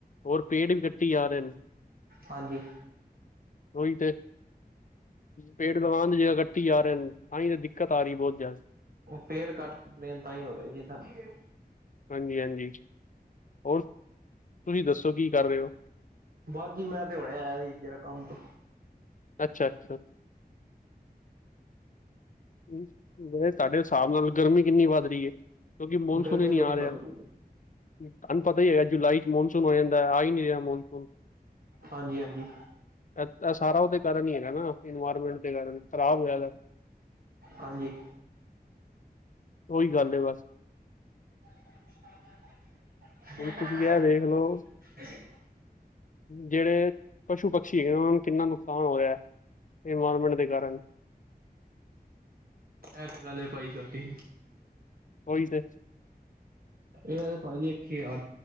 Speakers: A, on the left; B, on the right.
A: ਹੋਰ ਪੇੜ ਵੀ ਕੱਟੀ ਜਾ ਰਹੇ ਨੇ,
B: ਹਾਂਜੀ।
A: ਓਹੀ ਤੇ ਪੇੜ ਲਵਾਂਨ ਦੀ ਜਗਾ ਕੱਟੀ ਜਾ ਰਹੇ ਤਾਂਹੀ ਤੇ ਦਿ ਕਤਾਰੀ ਬਹੁਤ ਜ਼ਿਆਦਾ,
B: ਉਹ ਪੇੜ ਕੱਟਣ ਤਾਂ ਹੀ ਹੋ ਰਿਹਾ ਜੀ ਸਾਨੂੰ।
A: ਹਾਂਜੀ ਹਾਂਜੀ ਹੋਰ, ਤੁਸੀਂ ਦੱਸੋ ਕੀ ਕਰ ਰਹੇ ਹੋ?
B: ਬਸ ਜੀ ਮੈਂ ਤੇ ਹੁਣੀ ਆਇਆ ਸੀ ਜਰਾ ਕੰਮ ਤੋਂ।
A: ਅੱਛਾ -ਅੱਛਾ ਹੁ ਮੈ ਕਿਹਾ ਜੀ ਤੁਹਾਡੇ ਹਿਸਾਬ ਨਾਲ ਗਰਮੀ ਕਿੰਨੀ ਵੱਧ ਰਹੀ ਏ? ਕਿਉਂਕਿ ਮੌਨਸੂਨ
B: ਗਰਮੀ
A: ਹੀ ਨਹੀਂ
B: ਬੜੀ
A: ਆ ਰਿਹਾ।
B: ਵੱਧ ਗਈ
A: ਤੁਹਾਨੂੰ ਪਤਾ ਹੀ ਹੈਗਾ ਜੁਲਾਈ ਚ ਮ ਮੌਨਸੂਨ ਹੋ ਜਾਂਦਾ, ਆ ਹੀ ਨ ਨਹੀਂ ਰਿਹਾ ਮੌਨਸੂਨ।
B: ਹਾਂਜੀ ਹਾਂਜੀ
A: ਅ- -ਸਾਰਾ ਉਹਦੇ ਕਾਰਨ ਹੀ ਹੈਗਾ ਨਾ, ਇਨਵਾਇਰਮੈਂਟ ਦੇ ਕਾਰਨ ਖਰਾਬ ਹੋਇਆ ਦਾ,
B: ਹਾਂਜੀ।
A: ਉਹੀ ਗੱਲ ਹੈ, ਬਸ।
B: <unintelligible>
A: ਹੁਣ ਤੁਸੀਂ ਇਹ ਵੇਖ ਲਓ ਜਿਹੜੇ ਪਸ਼ੂ ਪਕਸ਼ੀ ਹੈਗੇ, ਉਹਨਾਂ ਨੂੰ ਕਿੰਨਾ ਨੁਕਸਾਨ ਹੋ ਰਿਹਾ, ਇਨਵਾਇਰਮੈਂਟ ਦੇ ਕਾਰਨ,
B: ਏ ਤੇ ਗੱਲ ਏ ਬਾਈ ਜਗੀ,
A: ਉਹੀ ਤੇ,
B: ਏ ਭਾਜੀ ਏਥੇ ਆ